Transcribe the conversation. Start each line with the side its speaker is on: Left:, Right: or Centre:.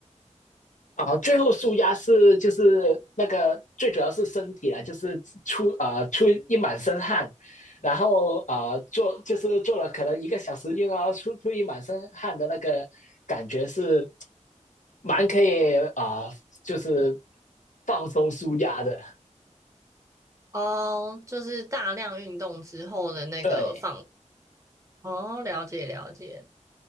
Left: 啊，最后舒压是就是那个最主要是身体啦，就是出啊、呃出一满身汗，然后啊、呃做就是做了可能一个小时运动啊，然后出出一满身汗的那个感觉是蛮可以啊、呃就是放松舒压的。
Right: 哦，就是大量运动之后的那个放。
Left: 对
Right: 哦，了解了解。